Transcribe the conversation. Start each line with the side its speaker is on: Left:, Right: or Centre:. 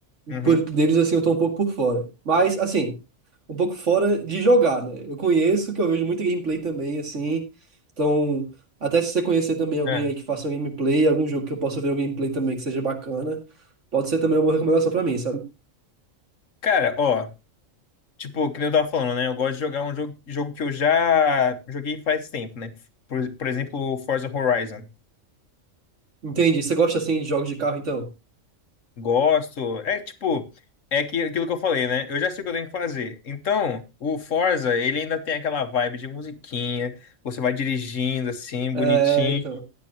Left: Uhum.
Right: por, deles, assim, eu tô um pouco por fora. Mas, assim, um pouco fora de jogar, né? Eu conheço, que eu vejo muita gameplay também, assim. Então, até se você conhecer também alguém
Left: É.
Right: aí que faça um gameplay, algum jogo que eu possa ver um gameplay também que seja bacana, pode ser também uma boa recomendação pra mim, sabe?
Left: Cara, ó, tipo, que nem eu tava falando, né? Eu gosto de jogar um jogo, jogo que eu já joguei faz tempo, né? Por, por exemplo, o Forza Horizon.
Right: Entendi. Você gosta, assim, de jogos de carro, então?
Left: Gosto. É tipo, é que, aquilo que eu falei, né? Eu já sei o que eu tenho que fazer. Então, o Forza, ele ainda tem aquela vibe de musiquinha, você vai dirigindo assim,
Right: É,
Left: bonitinho.
Right: então.